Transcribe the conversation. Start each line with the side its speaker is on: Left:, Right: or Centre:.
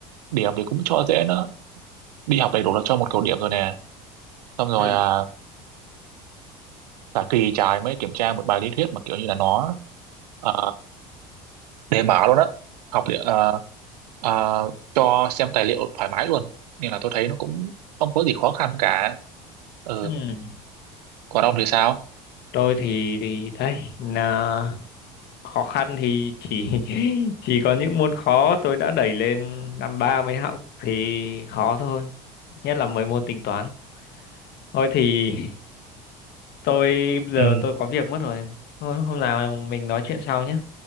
Right: điểm thì cũng cho dễ nữa đi học đầy đủ là cho một cột điểm rồi nè xong rồi
Left: ừ.
Right: à, cả kỳ trái mới kiểm tra một bài lý thuyết mà kiểu như là nó à, đề mở luôn á học liệu- à, à, cho xem tài liệu thoải mái luôn nên là tôi thấy nó cũng không có gì khó khăn cả ừ.
Left: ừ
Right: còn ông thì sao
Left: tôi thì thì đấy là khó khăn thì chỉ <laughs> chỉ có những môn khó tôi đã đẩy lên năm ba mới học thì khó thôi nhất là mấy môn tính toán thôi thì <laughs> tôi bây giờ
Right: ừ.
Left: tôi có việc mất rồi thôi hôm nào mình nói chuyện sau nhé